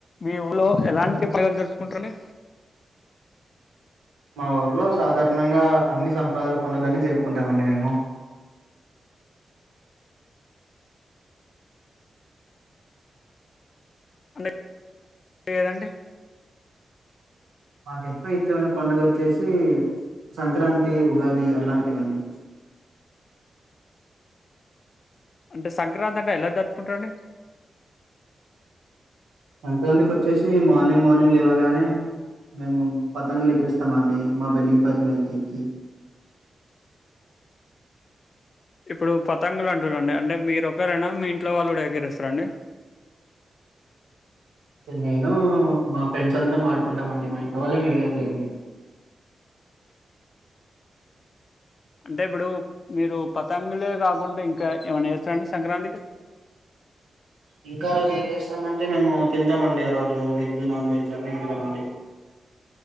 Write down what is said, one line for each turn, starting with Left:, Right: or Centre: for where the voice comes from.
Left: మీ ఊల్లో ఎలాంటి పండగలు జరుపుకుంటరండి
Right: మా ఊర్లో సాధారణంగా అన్ని సంప్రదాయాల పండుగలన్నీ జరుపుకుంటమండి మేము
Left: అంటే ఏదండి
Right: మాకు ఎక్కువ ఇష్టమైన పండుగ వచ్చేసి సంక్రాంతి ఉగాది అలాంటివండి
Left: అంటే సంక్రాంతి అంటే ఎలా జరుపుకుంటరండి
Right: సంక్రాంతికి వచ్చేసి మార్నింగ్ మార్నింగ్ లేవగానే మేము పతంగలు ఎగరేస్తామండి మా బిల్డింగ్ పైకి ఎక్కి
Left: ఇప్పుడు పతంగలు అంటురండి అంటే మీరు ఒకరేనా మీ ఇంట్లో వాళ్ళు కూడా ఎగరేస్తరండి
Right: టే నేను మా ఫ్రెండ్స్ అందరం ఆడుకుంటామండి మా ఇంట్లో వాళ్ళేమి ఎగరేయరులేండి
Left: అంటే ఇప్పుడు మీరు పతంగులే కాకుండా ఇంకా ఏమైనా చేస్తారండి సంక్రాంతికి
Right: ఇంకా ఆ రోజు ఏం చేస్తామంటే మేము తింటామండి ఆ రోజు వెజ్ నాన్ వెజ్ అన్ని తింటామండి